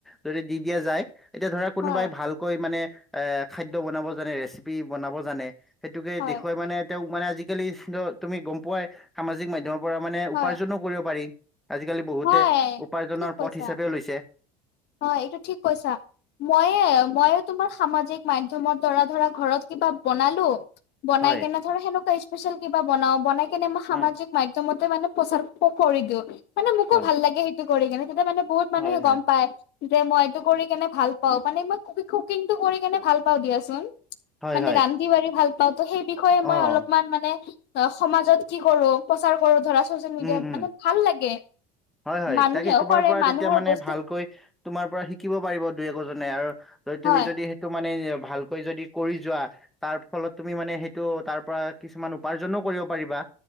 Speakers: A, in the centre; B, on the left.
A: যদি দি দিয়া যায়। এতিয়া ধৰা কোনোবাই
B: হয়
A: ভালকৈ মানে এ খাদ্য বনাব জানে ৰেচিপি বনাব জানে সেইটোকে
B: হয়
A: দেখুৱাই মানে তেওঁক মানে আজিকালি তুমি গম পোৱাই সামাজিক মাধ্যমৰ পৰা মানে
B: হয়
A: উপাৰ্জনো কৰিব পাৰি আজিকালি বহুতে
B: হয়
A: উপাৰ্জনৰ
B: ঠিক কৈছা।
A: পথ হিচাপেও লৈছে।
B: হয় এইটো ঠিক কৈছা। মইয়ে মইয়ে তোমাৰ সামাজিক মাধ্যমৰ দ্বাৰা ধৰা ঘৰত কিবা বনালো বনাই
A: হয়।
B: কেনে ধৰ সেনেকুৱা স্পেচিয়েল কিবা বনাও বনাই কেনে মই সামাজিক
A: হয়,
B: মাধ্যমতে মানে প্ৰচাৰ কৰি দিও, মানে মোকো
A: হয়,
B: ভাল লাগে সেইটো কৰি কিনে তেতিয়া মানে বহুত মানুহে
A: হয়,
B: গম
A: হয়,
B: পায় যে মই এইতটো কৰি কেনে ভাল পাও মানে মই কুকিংটো কৰি কেনে ভাল পাওঁ দিয়াচোন
A: হয়,
B: মানে
A: হয়,
B: ৰান্ধি বাঢ়ি ভাল পাওঁ ত সেই বিষয়ে
A: অ'
B: মই অলপমান মানে অ সমাজত কি কৰো প্ৰচাৰ কৰো ধৰা ছচিয়েল মিডিয়াত
A: উম, উম।
B: মানে ভাল লাগে
A: হয় হয়
B: মানুহেও
A: তাকে তোমাৰ
B: কৰে
A: পৰা
B: মানুহৰ
A: তেতিয়া মানে
B: বস্তু
A: ভালকৈ তোমাৰ পৰা শিকিব পাৰিব দুই একোজনে আৰু তুমি
B: হয়
A: যদি তটো মানে ভালকৈ যদি কৰি যোৱা তাৰ ফলত তুমি মানে সেইটো তাৰ পৰা কিছুমান উপাৰ্জনো কৰিব পাৰিবা